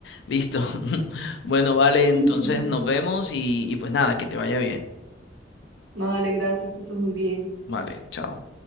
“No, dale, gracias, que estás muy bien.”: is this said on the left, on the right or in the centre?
Right